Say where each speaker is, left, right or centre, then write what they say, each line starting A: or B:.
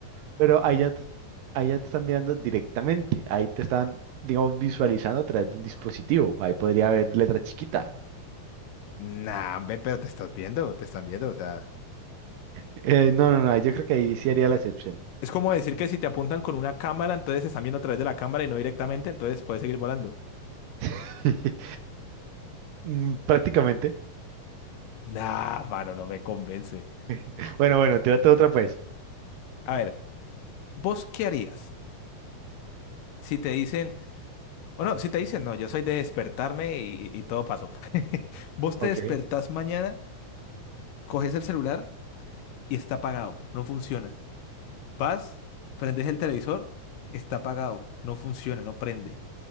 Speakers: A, on the right; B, on the left.
A: pero allá, te- allá te están mirando directamente. Ahí te están, digamos, visualizando a través de un dispositivo. Ahí podría haber letra chiquita.
B: Nah, hombre, pero te estás viendo, te están viendo, o sea.
A: Eh, no, no, no, yo creo que ahí sí haría la excepción.
B: Es como decir que si te apuntan con una cámara, entonces se están viendo a través de la cámara y no directamente, entonces puedes seguir volando.
A: <laughs> Mm, Prácticamente.
B: Nah, mano, no me convence.
A: <laughs> Bueno, bueno, tírate otra pues.
B: A ver, ¿vos qué harías si te dicen, o no, si te dicen, no, yo soy de despertarme y, y todo pasó. <laughs> Vos te
A: Ok.
B: despertás mañana, coges el celular y está apagado, no funciona. Vas, prendes el televisor, está apagado, no funciona, no prende.